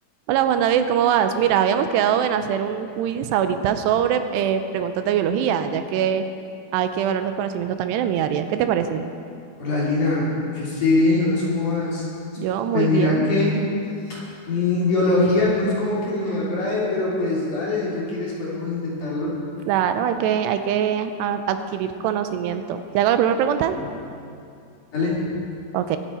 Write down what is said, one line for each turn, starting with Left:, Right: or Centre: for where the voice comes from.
Right: Hola Juan David, ¿cómo vas? Mira, habíamos quedado en hacer un quiz ahorita sobre eh, preguntas de biología, ya que hay que evaluar tu conocimiento también en mi área. ¿Qué te parece?
Left: Hola Lina, yo estoy bien y vos cómo vas.
Right: Yo muy
Left: Pues mira
Right: bien.
Left: que mm, biología no es como que me agrade, pero pues dale, si tú quieres podemos intentarlo.
Right: Claro, hay que, hay que ah, adquirir conocimiento. ¿Te hago la primera pregunta?
Left: Mm. Dale,
Right: Ok.